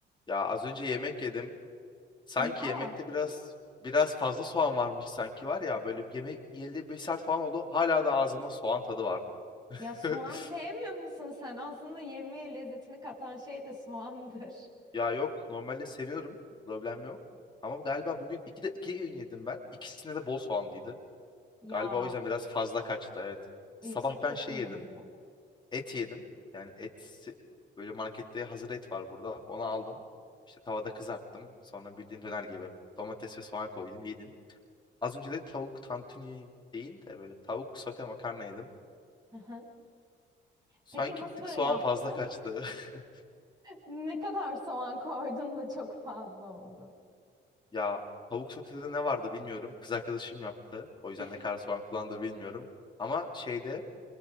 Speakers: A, on the left; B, on the right.
A: Ya az önce yemek yedim. Sanki
B: Ya,
A: yemekte biraz biraz fazla soğan varmış sanki var ya böyle bir yemek yiyeli 5 saat falan oldu. Hala da ağzıma soğan tadı var.
B: ya soğan
A: <laughs>
B: sevmiyor musun sen? Aslında yemeğe lezzetini katan şey de soğandır. <laughs>
A: Ya yok normalde seviyorum. Problem yok. Ama galiba bugün iki de iki öğün yedim ben. İkisinde de bol soğanlıydı.
B: Ya,
A: Galiba o yüzden biraz fazla kaçtı evet. Sabah
B: yüksek
A: ben
B: ihtimalle.
A: şey yedim. Et yedim. Yani et böyle markette hazır et var burada. Onu aldım. İşte tavada kızarttım. Sonra bildiğin döner gibi domates ve soğan koydum yedim. Az önce de tavuk tantuni değil de böyle tavuk sote makarna yedim.
B: Hı hı.
A: Sanki
B: Peki nasıl
A: bir tık soğan
B: yaptın?
A: fazla kaçtı. <laughs>
B: Ne kadar soğan koydun da çok fazla oldu?
A: Ya tavuk sotede ne vardı bilmiyorum. Kız arkadaşım yaptı. O yüzden
B: <laughs>
A: ne kadar soğan kullandı bilmiyorum. Ama şeyde